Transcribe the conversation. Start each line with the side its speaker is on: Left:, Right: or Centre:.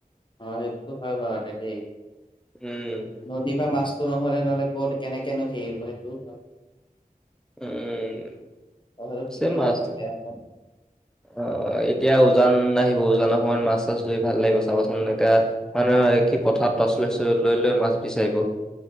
Left: অ', সেইটোতো হয় বাৰুতে দেই
Centre: উম
Left: নদীৰ পা মাছতো নহ'লে, নহ'লে ক'ত কেনেকেনো হেৰি হ'ব, সেইটোও হয়!
Centre: উম
Left: কথাটো ঠিকেই
Centre: চে মাছ
Left: কৈছা বেয়া কোৱা নাই।
Centre: অ' এতিয়া উজান আহিব! উজানৰ সময়ত মাছ চাছ ধৰি ভাল লাগিব! চাবাচোন এতয়া মানুহে ভাবে কি পথাৰত তছ ল লৈ, লৈ মাছ বিচাৰিব!